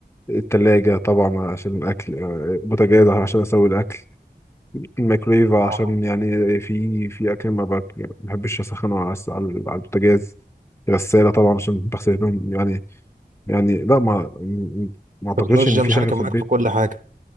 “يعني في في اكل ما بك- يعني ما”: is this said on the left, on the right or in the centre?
Left